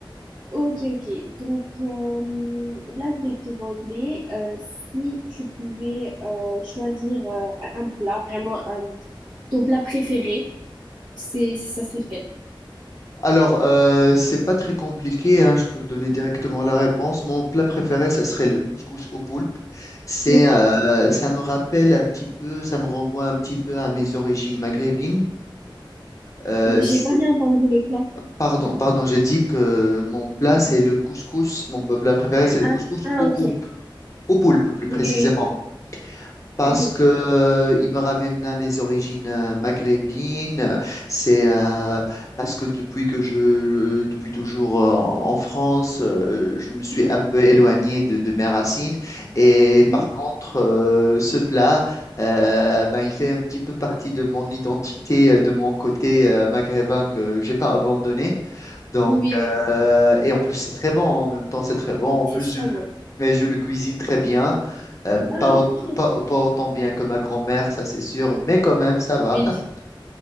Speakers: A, on the right; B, on the left.
A: Ok, ok. Donc euh, là, je vais te demander euh, si tu pouvais euh, choisir euh, un plat, vraiment un... ton plat préféré, c'est, ça serait lequel?
B: Alors, euh, c'est pas très compliqué, hein, je peux te donner directement la réponse. Mon plat préféré, ça serait le couscous au poulpe. C'est,
A: Le quoi?
B: euh, ça me rappelle un petit peu, ça me renvoie un petit peu à mes origines maghrébines. Euh,
A: J'ai
B: c'est-
A: pas bien entendu le plat.
B: pardon, pardon, j'ai dit que mon plat, c'est le couscous. Mon plat préféré, c'est le
A: Ah,
B: couscous
A: ah,
B: au
A: ok.
B: poulpe.
A: Oui,
B: Au poulpe, plus précisément.
A: oui,
B: parce
A: oui. Mhm,
B: que euh, il me ramène à mes origines euh, maghrébines. euh, C'est euh, parce que depuis que je, depuis toujours euh, en France, euh, je me suis
A: mhm,
B: un peu éloigné de, de mes racines. Et
A: mhm.
B: par contre, euh, ce plat, euh, ben, il fait un petit peu partie de mon identité, euh, de mon côté euh, maghrébin que j'ai pas abandonné. Donc,
A: Oui, oui, oui.
B: euh, et en plus, c'est très bon. En même temps, c'est très bon.
A: Oui,
B: En
A: C'est
B: plus,
A: super
B: je,
A: bon.
B: mais je le cuisine très bien. Euh,
A: Ah,
B: pas, au-
A: ok.
B: pas, pas autant bien que ma grand-mère, ça c'est sûr, mais quand même, ça va.
A: Oui,
B: <laughs>